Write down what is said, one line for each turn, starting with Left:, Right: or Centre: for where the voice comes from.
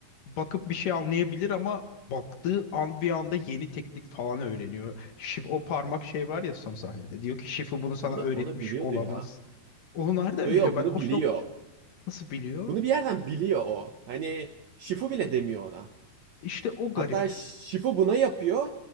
Left: bakıp bir şey anlayabilir ama baktığı an bir anda yeni teknik falan öğreniyor. Şif o parmak şey var ya son sahnede. Diyor ki Şifu bunu sana
Right: Onu
Left: öğretmiş
Right: onu biliyordu
Left: olamaz.
Right: ya.
Left: Onu nereden
Right: Yo yo
Left: biliyor? Ben
Right: bunu
Left: o
Right: biliyor.
Left: nokta nasıl biliyor?
Right: Bunu bir yerden biliyor o. Hani Şifu bile demiyor ona.
Left: İşte o garip.
Right: Hatta Şifu buna yapıyor.